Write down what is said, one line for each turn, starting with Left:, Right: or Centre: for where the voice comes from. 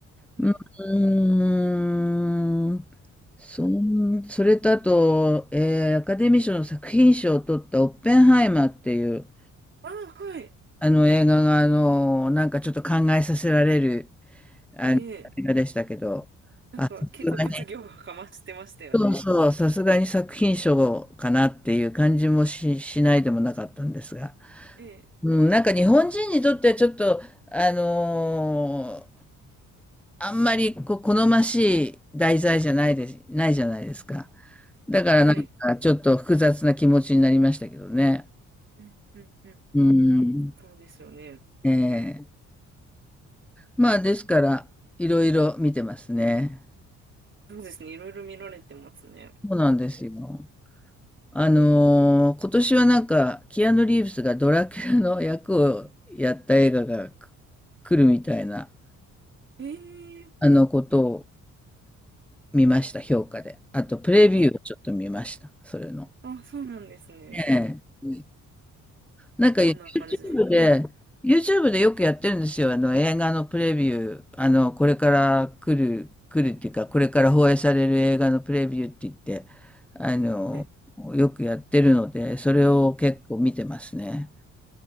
Right: はい。
Centre: うーん、そん、それとあと、えーアカデミー賞の作品賞を取ったオッペンハイマーっていう、
Right: あ、はい。
Centre: あの映画が、あの、なんかちょっと考えさせられる、あの、
Right: ええ
Centre: 映画でしたけど、
Right: なんか結構物議をかましてましたよね。
Centre: あ、さすがに、そうそう、さすがに作品賞かなっていう感じもし、しないでもなかったんですが。
Right: ええ、
Centre: うん、なんか日本人にとってはちょっと、あのーあんまりこう好ましい題材じゃないです、ないじゃないですか。だからなんかちょっと複雑な気持ちになりましたけどね。
Right: はい。うんうんうんうんうん。
Centre: うん。
Right: そうですよね。
Centre: ええまあ、ですから、いろいろ見てますね。
Right: そうですね。いろいろ見られてますね。
Centre: そうなんですよ。あのー今年はなんか、キアヌ・リーブスがドラキュラの役をやった映画がく来るみたいな、
Right: ええ、
Centre: あのことを見ました、評価で。あと、プレビューをちょっと見ました、
Right: あ、
Centre: それの。
Right: あ、そうなんですね。
Centre: ええ。なんか
Right: どんな感じなんだ。
Centre: YouTube で、YouTube でよくやってるんですよ。あの、映画のプレビュー。あの、これから来る、来るっていうか、これから放映される映画のプレビューって言って、あの、
Right: はい。
Centre: よくやってるので、それを結構見てますね。